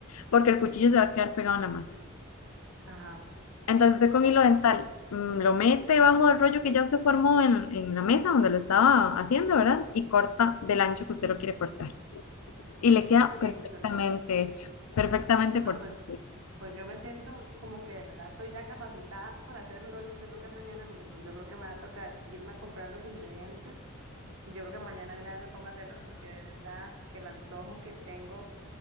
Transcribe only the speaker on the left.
porque el cuchillo se va a quedar pegado en la masa.
Entonces usted con hilo dental mm, lo mete debajo del rollo que ya usted formó en, en la mesa donde lo estaba haciendo, ¿verdad? Y corta del ancho que usted lo quiere cortar. Y le queda
perfectamente
hecho, perfectamente
cortado.